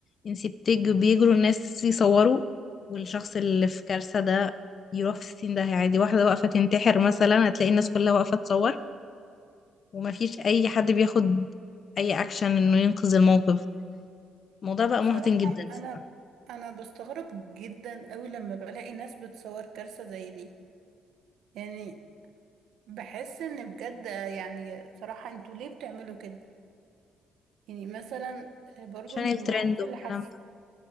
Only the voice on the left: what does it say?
انتي بتج بيجروا الناس يصوروا والشخص اللي في كارثة ده يروح في السين ده عادي واحدة واقفة تنتحر مثلا هتلاقي الناس كلها واقفة تصور ومفيش اي حد بياخد اي اكشن انه ينقذ الموقف الموضوع بقى
محزن جدا الصراحة
عشان
الترند
والكلام
ده